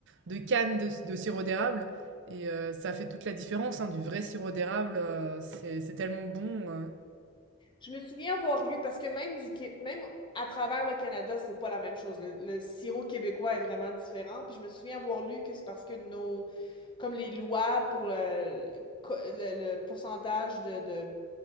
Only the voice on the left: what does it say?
Je me souviens avoir lu, parce que même du Qué- même à travers le Canada, c'est pas la même chose. Le, le sirop québécois est vraiment différent. Puis je me souviens avoir lu que c'est parce que nos, comme les lois pour le, co- le- le pourcentage de, de